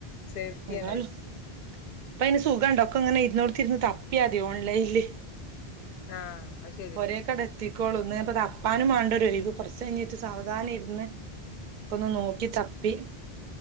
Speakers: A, on the left; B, on the right.
A: സേഫ്റ്റിയാണത്
B: ഏതായാലും ഇപ്പ അയ്‌ന് സുഖംണ്ട് ഒക്കെ ഇങ്ങനെ ഇര്ന്നോട്ത്തിരുന്ന് തപ്പിയാമതി ഓൺലൈൻല്
A: ആഹ് അയ്ശെ
B: പൊരേയ്ക്ക് ആണ്ട് എത്തിക്കോളും ഇന്ന് പ്പൊ തപ്പാനും വാണ്ടേ ഓരൊഴിവ് കൊർച്ച് കഴിഞ്ഞിട്ട് സാവധാനം ഇര്ന്ന് ഒക്കൊന്ന് നോക്കി തപ്പി